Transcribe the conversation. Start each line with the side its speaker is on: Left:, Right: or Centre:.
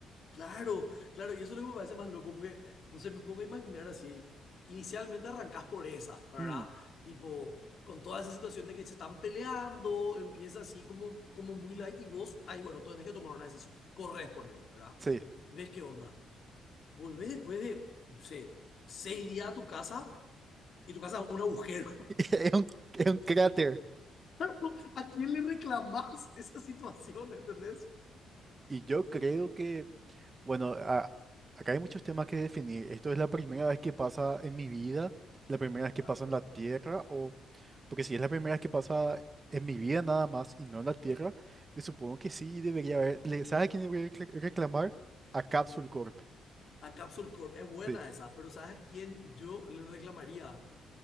Left: Claro, claro, y eso es lo que me parece más loco, porque, no sé, me pongo a imaginar así, inicialmente arrancas por esa, ¿verdad?
Right: Mm,
Left: Tipo, con toda esa situación de que se están peleando, empieza así como, como muy light y vos, ay, bueno, tú tenés que tomar una decisión, corres, ponele, ¿verdad?
Right: sí. <laughs>
Left: ¿Ves qué onda? Volvés después de, no sé, seis días a tu casa y tu casa es un agujero.
Right: Es un, es un cráter.
Left: <laughs> ¿A quién le reclamás esa situación, entendés?
Right: Y yo creo que Bueno, a- acá hay muchos temas que definir. Esto es la primera vez que pasa en mi vida, la primera vez que
Left: Claro.
Right: pasa en la Tierra, o porque si es la primera vez que pasa en mi vida nada más y no en la Tierra, me supongo que sí debería haber. le- ¿Sabes a quién debería recla- reclamar? A Capsule Corp.
Left: A Capsule Corp es buena
Right: Sí,
Left: esa, pero ¿sabes a quién yo le reclamaría?